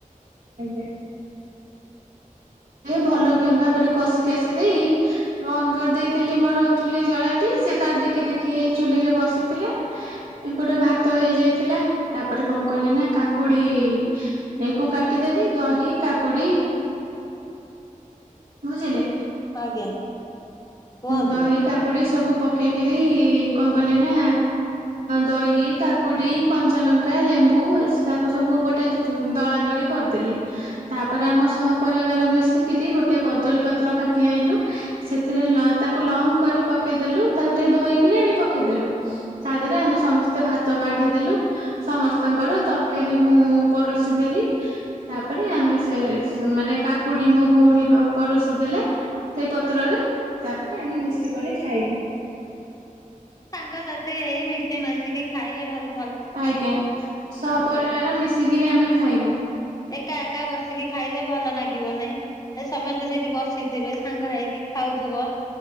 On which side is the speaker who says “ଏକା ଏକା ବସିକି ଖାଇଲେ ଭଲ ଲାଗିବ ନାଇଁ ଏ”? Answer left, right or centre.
Left